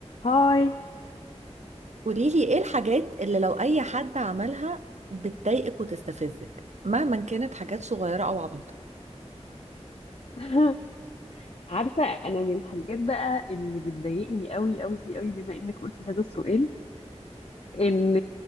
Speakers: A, on the left; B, on the right.
A: هاي
B: قوليلي ايه الحاجات اللي لو اي حد عملها بتضايقك وتستفزك مهما كانت حاجات صغيرة او عبيطة
A: <laughs> عارفة أنا من الحاجات بقى اللي بتضايقني قوي قوي قوي بما إنك قلتي هذا السؤال إن